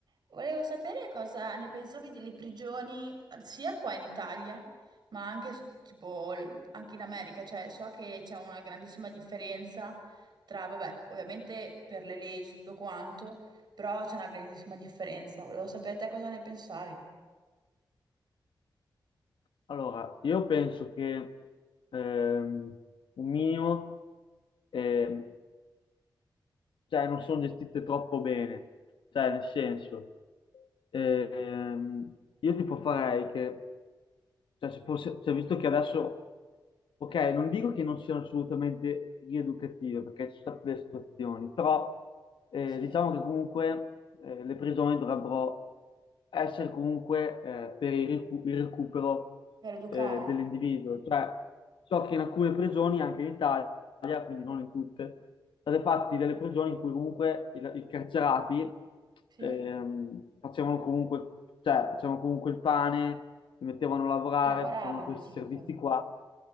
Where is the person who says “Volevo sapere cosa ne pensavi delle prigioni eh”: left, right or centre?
Right